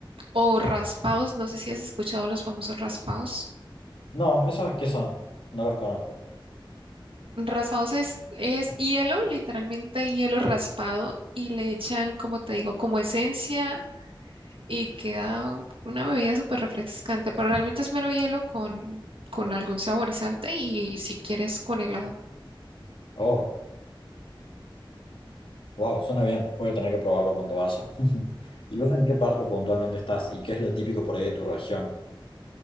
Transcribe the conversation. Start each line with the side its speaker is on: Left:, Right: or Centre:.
Right: O raspados, no sé si has escuchado los famosos raspados.
Left: No, ¿esos qué son? No los conozco.
Right: Raspados es, es hielo, literalmente hielo raspado, y le echan, como te digo, como esencia y queda una bebida súper refrescante, pero realmente es mero hielo con, con algún saborizante y si quieres con helado.
Left: Oh, wow, suena bien. Voy a tener que probarlo cuando vaya. <laughs> ¿Y vos en qué parte puntualmente estás? ¿Y qué es lo típico por ahí de tu región?